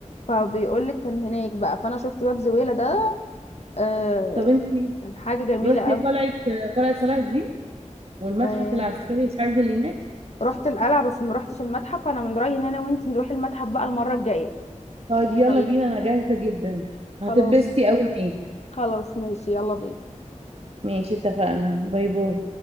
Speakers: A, on the left (about 60°); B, on the right (about 55°).
A: فبيقولك كان هناك بقى فانا شفت باب زويلة ده آه
B: طب انتي
A: كان حاجة جميلة
B: رحتي قلعة قلعة صلاح الدين والمتحف
A: قوي
B: العسكري الحربي اللي هناك
A: رحت القلعة بس ما رحتش المتحف فانا من رأيي ان انا وانت نروح المتحف بقى المرة الجاية
B: طيب
A: ايه
B: يلا
A: رأيك
B: بينا انا جاهزة جدا
A: خلاص
B: هتتبسطي قوي هناك
A: خلاص ماشي يلا بينا
B: ماشي اتفقنا باي باي